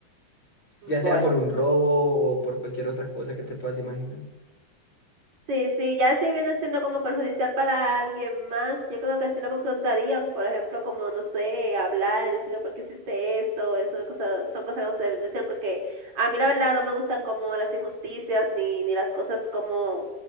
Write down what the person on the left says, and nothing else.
ya sea
por un robo o por cualquier otra cosa que te puedas imaginar.